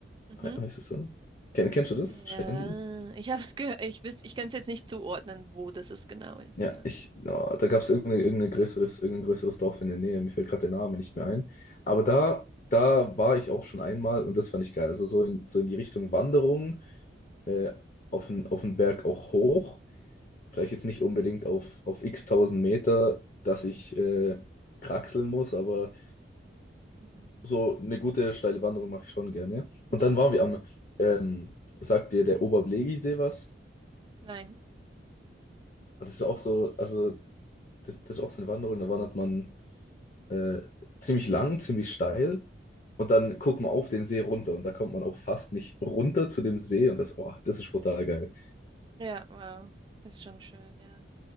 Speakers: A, on the right; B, on the left.
A: mhm.
B: He- Heißt es so? Kenn, kennst du das?
A: Ja,
B: Schwendi?
A: ich habe es gehört, ich wüs, ich kann es jetzt nicht zuordnen, wo das es genau ist,
B: Ja,
A: ja.
B: ich, ja, da gab es irgendein, irgendein größeres, irgendein größeres Dorf in der Nähe. Mir fällt gerade der Name nicht mehr ein. Aber da, da war ich auch schon einmal und das fand ich geil. Also so in, so in die Richtung Wanderung, äh, auf den, auf den Berg auch hoch. Vielleicht jetzt nicht unbedingt auf, auf x tausend Meter, dass ich äh, kraxeln muss, aber
A: Mhm.
B: so eine gute steile Wanderung mache ich schon gerne.
A: Ja,
B: Und dann waren wir am, ähm, sagt dir der Oberblegisee was?
A: nein,
B: Und das ist auch
A: kenne
B: so,
A: ich nicht.
B: also das, das ist auch so eine Wanderung, da wandert man äh, ziemlich lang, ziemlich steil und dann guckt man auf den See runter und da kommt man auch fast nicht runter zu dem See und das, oh, das ist brutal geil.
A: Ja, wow, ist schon schön, ja.